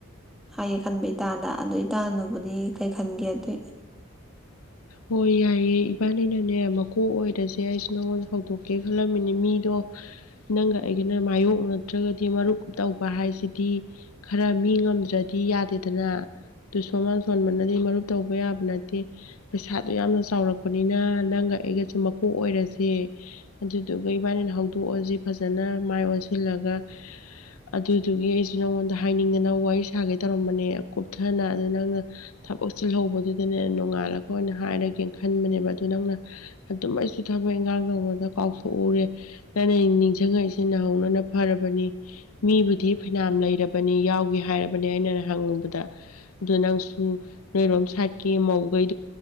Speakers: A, in the centre; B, on the left.
A: ꯍꯥꯏꯌꯦ ꯈꯟꯕ ꯏꯇꯥꯗ ꯑꯗꯨ ꯏꯇꯥꯅꯕꯨꯗꯤ ꯀꯩ ꯈꯟꯒꯦ ꯑꯗꯨꯏ
B: ꯑꯣ ꯌꯥꯏꯌꯦ ꯏꯕꯥꯅꯤ ꯅꯅꯦ ꯑꯃꯨꯛ ꯀꯣꯛ ꯑꯣꯏꯔꯁꯦ ꯑꯩꯁꯨ ꯅꯪꯉꯣꯟꯗ ꯍꯧꯗꯣꯛꯀꯦ ꯈꯜꯂꯝꯃꯤꯅꯤ ꯃꯤꯗꯣ ꯅꯪꯒ ꯑꯩꯒꯅ ꯃꯥꯌꯣꯛꯅ ꯅꯠꯇ꯭ꯔꯒꯗꯤ ꯃꯔꯨꯞ ꯇꯧꯕ ꯍꯥꯏꯁꯤꯗꯤ ꯈꯔ ꯃꯤ ꯉꯝꯗ꯭ꯔꯗꯤ ꯌꯥꯗꯦꯗꯅ ꯑꯗꯨ ꯁꯣꯟꯃꯥꯟ ꯁꯣꯟꯕꯅꯗꯤ ꯃꯔꯨꯞ ꯇꯧꯕ ꯌꯥꯕ ꯅꯠꯇꯦ ꯄꯩꯁꯥꯗꯣ ꯌꯥꯝꯅ ꯆꯥꯎꯔꯛꯄꯅꯤꯅ ꯅꯪꯒ ꯑꯩꯒꯁꯨꯦ ꯃꯀꯣꯛ ꯑꯣꯏꯔꯁꯦ ꯑꯗꯨꯗꯨꯒ ꯏꯕꯥꯅꯤꯅ ꯍꯧꯗꯣꯛꯑꯁꯦ ꯐꯖꯅ ꯃꯥꯏ ꯑꯣꯟꯁꯤꯜꯂꯒ ꯑꯗꯨꯗꯨꯒꯤ ꯑꯩꯁꯨ ꯅꯉꯣꯟꯗ ꯍꯥꯏꯅꯤꯡꯗꯅ ꯋꯥꯔꯤ ꯁꯥꯒꯦ ꯇꯧꯔꯝꯕꯅꯦ ꯀꯨꯞꯊꯅ ꯑꯗꯨ ꯅꯪꯅ ꯊꯕꯛ ꯆꯤꯜꯍꯧꯕꯗꯨꯗꯅꯦ ꯅꯣꯡꯉꯥꯜꯛꯄ ꯑꯩꯈꯣꯏꯅ ꯍꯥꯏꯔꯒꯦꯅ ꯈꯟꯕꯅꯦꯕ ꯑꯗꯨ ꯅꯪꯅ ꯑꯗꯨꯝ ꯑꯩꯁꯨ ꯊꯕꯛ ꯏꯪꯈꯥꯡ ꯇꯧꯕꯗ ꯀꯥꯎꯊꯣꯛꯎꯔꯦ ꯇ ꯅꯤꯡꯁꯤꯡꯉꯥꯏꯁꯤꯦ ꯁꯤ ꯅꯍꯧꯅꯅ ꯐꯔꯕꯅꯤ ꯃꯤꯕꯨꯗꯤ ꯐꯩꯅꯥꯝ ꯂꯩꯔꯕꯅꯤ ꯌꯥꯎꯒꯦ ꯍꯥꯏꯔꯕꯅꯦ ꯑꯩꯅ ꯍꯪꯉꯨꯕꯗ ꯑꯗꯨ ꯅꯪꯁꯨ ꯅꯣꯏꯔꯣꯝ ꯁꯥꯥꯏꯠꯀꯤ ꯃꯧꯈꯩ